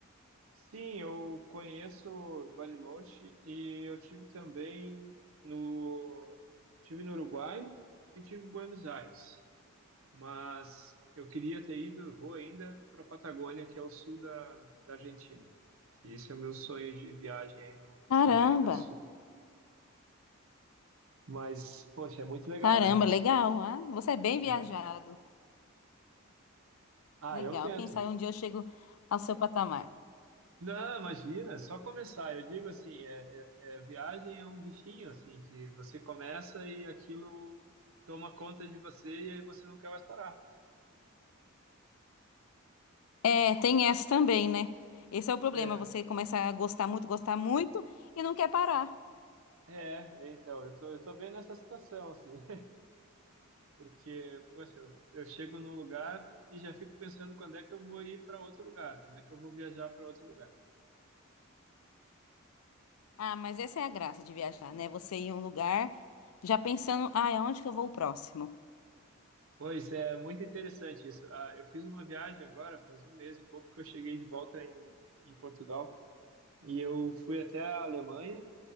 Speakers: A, on the right; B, on the left.
A: Sim, eu conheço Bariloche e eu tive também no, tive no Uruguai e tive em Buenos Aires. mas eu queria ter ido, eu vou ainda para a Patagônia, que é o sul da, da Argentina. Que esse é o meu sonho de viagem aí no,
B: Caramba!
A: na América do Sul. Mas, poxa, é muito legal
B: Caramba,
A: a América do
B: legal.
A: Sul.
B: Ah, você é bem viajado.
A: É. Ah,
B: Legal.
A: eu tento.
B: Quem sabe um dia eu chego ao seu patamar.
A: Não, imagina, é só começar. Eu digo assim, é, é- é- viagem é um bichinho, assim, que você começa e aquilo toma conta de você e aí você não quer mais parar.
B: É, tem essa também, né? Esse é o problema.
A: É,
B: Você começa a gostar muito, gostar muito e não quer parar.
A: é, é, então, eu tô, eu tô bem nessa situação, assim. Porque, poxa, eu, eu chego num lugar e já fico pensando quando é que eu vou ir para outro lugar, quando é que eu vou viajar para outro lugar.
B: Ah, mas essa é a graça de viajar, né? Você ir em um lugar já pensando, ah, aonde que eu vou o próximo?
A: Pois é, muito interessante isso. Ah, eu fiz uma viagem agora, faz um mês e pouco que eu cheguei de volta em, em Portugal e eu fui até a Alemanha